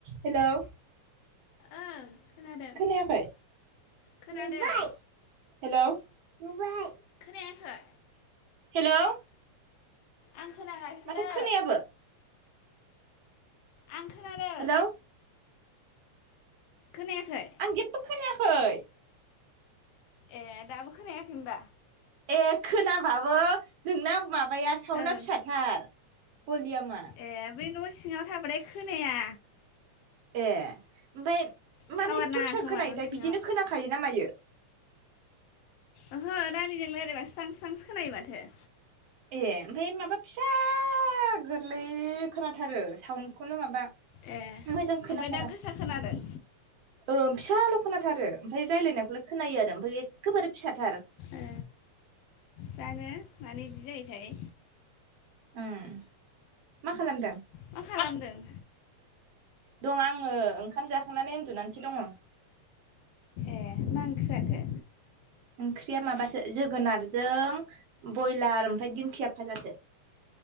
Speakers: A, on the right; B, on the left.
A: Hello.
B: ओं। खोनादों
A: खोनायाखै
B: खोनादों
A: नुबाय हेलौ नुबाय।
B: खोनायाखै।
A: हेलौ।
B: आं खोनागासिनो।
A: माथो खोनायाबो
B: आं खोनादों।
A: हेलौ
B: खोनायाखै?
A: आं जेबबो खोनायाखै।
B: ए दाबो खोनायाखै होनबा?
A: ए खोनाबाबो नोंना माबाया सावना
B: ओं
A: फिसाथार पलियामा।
B: ए बै न' सिङाव थाबाथाय खोनाया।
A: ए ओमफ्राय माने
B: टावार
A: एथ'
B: नाङा
A: फिसा
B: खोमा
A: खोनायोथाय
B: न' सिङाव
A: बिदिनो खोनाखायो ना मायो?
B: ओहो रानिजों रायज्लायबा स्रां स्रांसो खोनायो माथो।
A: ए ओमफ्राय माबा फिसा गोरलै खोनाथारो साउनखौनो माबा।
B: ए
A: मोजां खोनाथारा।
B: ओमफ्राय दा गोसा खोनादों
A: ओ फिसाल' खोनाथारो ओमफाय रायलायनायखौलाय खोनायो आरो ओमफाय एखेबारे फिसाथार
B: ओ जानो मानो इदि जायोथाय
A: उम मा खालामदों?
B: मा खालामदों?
A: दं आङो ओंखाम जाखांनानै उन्दुनानैसो दङ।
B: ए मा ओंख्रि जाखो?
A: ओंख्रिया माबासो जोगोनारजों बयलार ओमफाय दिंखिया भाजासो।